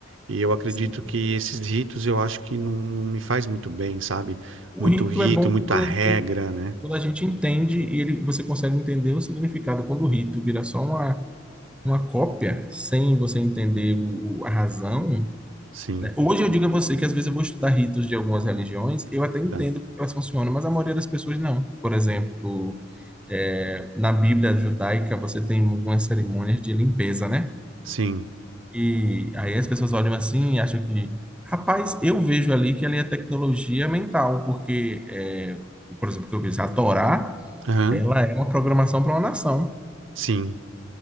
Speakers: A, on the right; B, in the centre.
A: E eu acredito
B: Sim.
A: que esses ritos eu acho que não, não me faz muito bem, sabe?
B: O
A: Muito
B: rito
A: rito,
B: é bom
A: muita
B: quando,
A: regra,
B: ele tem-
A: né?
B: quando a gente entende e ele, você consegue entender o significado. Quando o rito vira só uma, uma cópia, sem você entender o, o- a razão,
A: Sim.
B: né? Hoje eu digo a você que às vezes eu vou estudar ritos de algumas religiões, eu até entendo
A: tá.
B: porque elas funcionam, mas a maioria das pessoas não. Por exemplo, é, na Bíblia judaica você tem algumas cerimônias de limpeza, né?
A: Sim,
B: E aí as pessoas olham assim e acham que, rapaz, eu vejo ali que ali é tecnologia mental, porque, é, por exemplo, que eu vejo a Torá,
A: aham,
B: ela é uma programação para uma nação.
A: Sim.